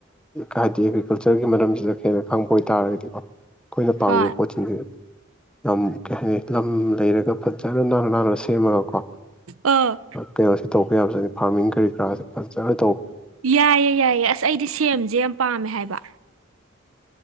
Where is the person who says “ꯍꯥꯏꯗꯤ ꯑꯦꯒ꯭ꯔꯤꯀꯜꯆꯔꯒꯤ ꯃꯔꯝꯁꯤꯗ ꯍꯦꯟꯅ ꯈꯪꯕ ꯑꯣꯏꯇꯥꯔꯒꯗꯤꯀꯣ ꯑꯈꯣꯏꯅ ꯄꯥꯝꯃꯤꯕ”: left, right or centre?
Centre